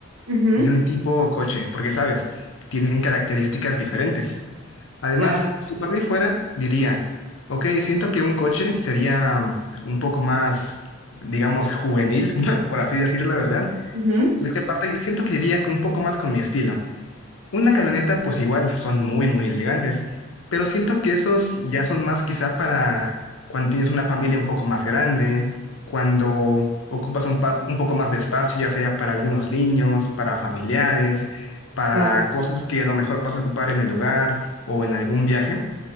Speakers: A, on the right; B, on the left.
A: Ujú.
B: y un tipo coche, porque sabes, tienen características diferentes. Además,
A: Claro.
B: si por mí fuera, diría, ok, siento que un coche sería un poco más, digamos, juvenil, <laughs> por así decir la verdad.
A: Ujú,
B: Y es que aparte siento que iría un poco más con mi estilo. Una camioneta, pues igual, son muy, muy elegantes, pero siento que esos ya son más quizá para cuando tienes una familia un poco más grande, cuando ocupas un, pa- un poco más de espacio, ya sea para algunos niños, para familiares, para
A: Claro.
B: cosas que a lo mejor vas a ocupar en el hogar o en algún viaje,